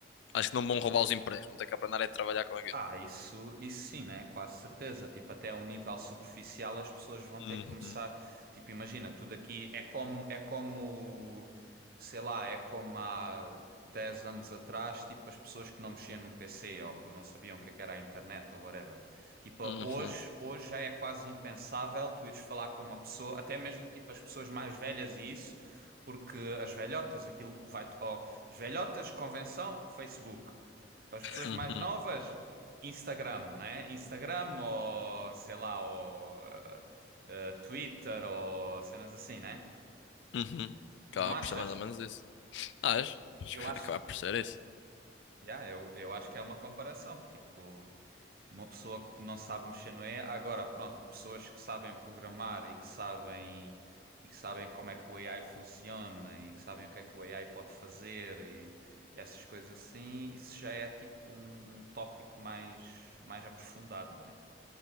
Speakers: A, on the left; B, on the right.
A: Acho que não vão roubar os empregos, vão ter que aprender a trabalhar com aquilo.
B: Ah, isso, isso sim, né? Quase certeza. Tipo, até a um nível superficial as pessoas vão ter
A: Uhum,
B: que começar. Tipo, imagina, tudo aqui é como, é como, sei lá, é como há 10 anos atrás, tipo, as pessoas que não mexiam num PC ou que não sabiam o que é que era a internet ou whatever. Tipo,
A: uhum,
B: hoje, hoje já é quase impensável tu ires falar com uma pessoa, até mesmo tipo as pessoas mais velhas e isso, porque as velhotas, aquilo vai, ó, as velhotas, convenção, Facebook. As pessoas
A: uhum,
B: mais novas, Instagram, né? Instagram ou, sei lá, ou eh, eh, Twitter ou cenas assim, né?
A: uhum. Acaba
B: Não achas?
A: por ser mais ou menos isso. Acho, acho
B: Eu
A: que vai
B: acho.
A: acabar por ser isso.
B: Já, eu, eu acho que é uma comparação. Tipo, uma pessoa que não sabe mexer no AI, agora, pronto, pessoas que sabem programar e que sabem e que sabem como é que o AI funciona e que sabem o que é que o AI pode fazer e, e essas coisas assim, isso já é tipo um, um tópico mais mais aprofundado, não é?